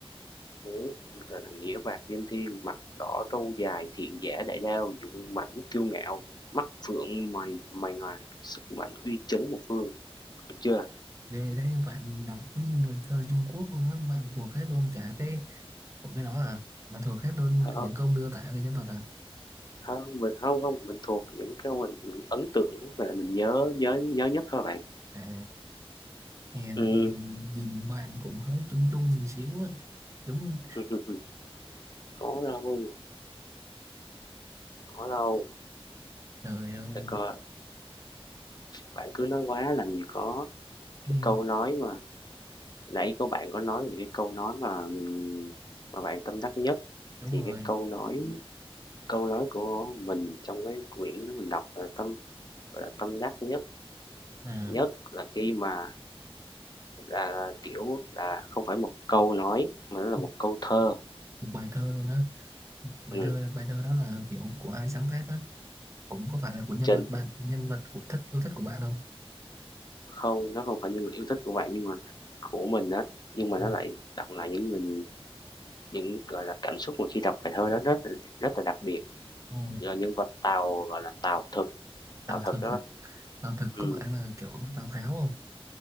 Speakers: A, on the left; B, on the right.
A: Huế, là nghĩa vạc danh thiên, mặt đỏ trâu dài, thiện giả đại đao, dũng mãnh kiêu ngạo, mắt phượng mày mày ngoài, sức mạnh uy chấn một phương, được chưa?
B: ghê thế bạn đọc cứ như là thơ Trung Quốc luôn á bạn thuộc hết luôn cả cái của cái đó à bạn thuộc hết luôn
A: Hông,
B: những câu miêu tả về nhân vật à
A: hông, mình không không mình thuộc những cái mình mình ấn tượng và mình nhớ nhớ nhớ nhất thôi bạn.
B: à hèn
A: Ừm,
B: gì nhìn bạn cũng hơi trung trung một xíu á đúng
A: <laughs> có đâu, có đâu,
B: trời ơi
A: để coi, bạn cứ nói quá làm gì có, cái
B: ừ,
A: câu nói mà Nãy có bạn có nói về cái câu nói mà mình mà bạn tâm đắc nhất
B: đúng
A: thì
B: rồi
A: cái câu nói câu nói của mình trong cái quyển đó mình đọc là tâm là tâm đắc nhất
B: à
A: nhất là khi mà là kiểu là không phải một câu nói mà nó
B: không,
A: là một câu thơ
B: một bài thơ luôn á bài
A: ừ.
B: thơ bài thơ đó là kiểu của ai sáng tác á cũng có phải là của nhân
A: trên
B: vật bạn nhân vật của thích yêu thích của bạn không
A: không nó không phải những người yêu thích của bạn nhưng mà của mình á nhưng mà
B: ừ.
A: nó lại đọc lại những mình những gọi là cảm xúc mà khi đọc bài thơ đó rất rất là đặc biệt
B: ừ,
A: do nhân vật Tào gọi là tàu thực
B: Tào
A: tàu thực
B: Thực
A: đó
B: à? Tàu thực
A: ừ.
B: có phải
A: Đúng
B: là kiểu Tào Tháo không?